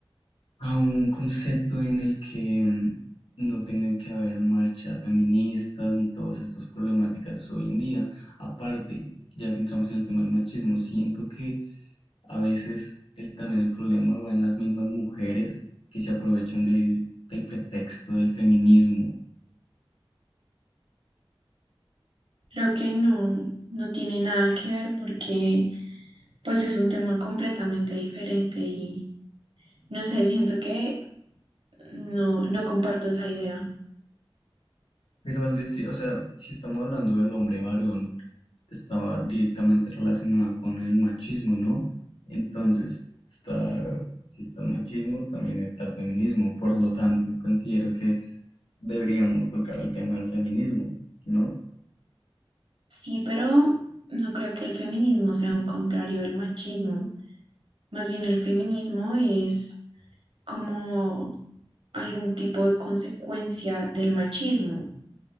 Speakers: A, on the left; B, on the right.
A: a un concepto en el que mm, no tengan que haber marchas feministas ni todas estas problemáticas hoy en día. Aparte, ya que entramos en el tema del machismo, siento que a veces el, también el problema va en las mismas mujeres que se aprovechan del, del pretexto del feminismo.
B: Creo que no, no tiene nada que ver porque pues es un tema completamente diferente y no sé, siento que no, no comparto esa idea.
A: Pero al decir, o sea, si estamos hablando del hombre varón, estaba directamente relacionada con el machismo, ¿no? Entonces, está, si está el machismo, también está el feminismo. Por lo tanto, considero que deberíamos tocar el tema del feminismo, ¿no?
B: Sí, pero no creo que el feminismo sea un contrario del machismo. Más bien el feminismo es como algún tipo de consecuencia del machismo.